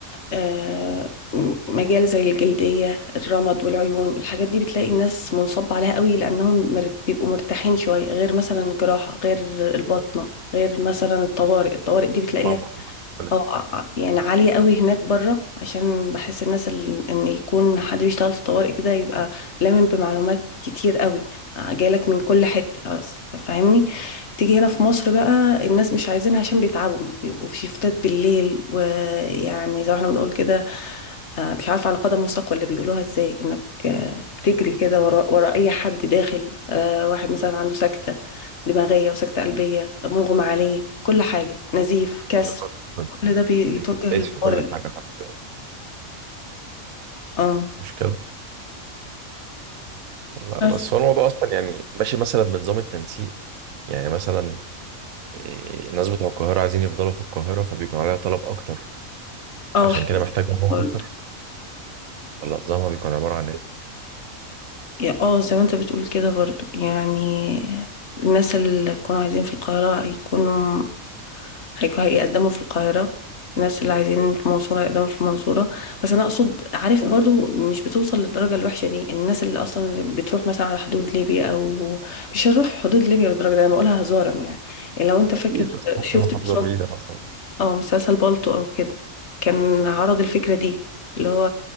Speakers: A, on the left (about 55°); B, on the right (about 75°).
A: آه، مجال زي الجلدية الرمد والعيون الحاجات دي بتلاقي الناس منصب عليها قوي لانهم مر- بيبقوا مرتاحين شوية غير مثلا الجراحة غير الباطنة غير مثلا الطوارئ الطوارئ دي بتلاقيها
B: طبعا كل
A: اه آه، آه، يعني عالية قوي هناك بره عشان بحس الناس ال- ان يكون حد بيشتغل في طوارئ كده يبقى لامن بمعلومات كتير قوي آه، جايلك من كل حتة اصلا فاهمني تيجي هنا في مصر بقى الناس مش عايزينها عشان بيتعبوا بيبقوا في شيفتات بالليل ويعني زي ما احنا بنقول كده آه، مش عارفة على قدم وساق ولا بيقولوها ازاي انك آه، بتجري كده وراء وراء اي حد داخل آه، واحد مثلا عنده سكتة دماغية وسكتة قلبية مغمى عليه كل حاجة نزيف كسر
B: حاجة.
A: كل ده بيتوجه
B: كنت
A: للطارئ
B: دايس في كل حاجه حرفيا
A: اه
B: مشكله لا
A: بس
B: بس هو الموضوع اصلا يعني ماشي مثلا بنظام التنسيق يعني مثلا إيه، الناس بتوع القاهرة عايزين يفضلوا في القاهرة فبيكون عليها طلب أكتر
A: اه
B: عشان
A: حاجة
B: كده
A: زي
B: محتاج
A: كده
B: مجموع
A: برضه.
B: أكتر ولا نظامها بيكون عبارة عن إيه؟
A: يا- اه زي ما انت بتقول كده برضو يعني الناس اللي يكونوا عايزين في القاهرة يكونوا هيك- هيقدموا في القاهرة الناس اللي عايزين في المنصورة هيقدموا في المنصورة بس أنا أقصد عارف برضو مش بتوصل للدرجة الوحشة دي الناس اللي أصلا اللي بتروح مثلا على حدود ليبيا أو مش هنروح حدود ليبيا بالدرجة دي أنا بقولها هزارا يعني لو أنت
B: أكيد
A: فاكر
B: بس ممكن
A: شفت
B: محافظة
A: بصل-
B: بعيدة مثلا
A: أو مسلسل بالطو أو كده كان عرض الفكرة دي اللي هو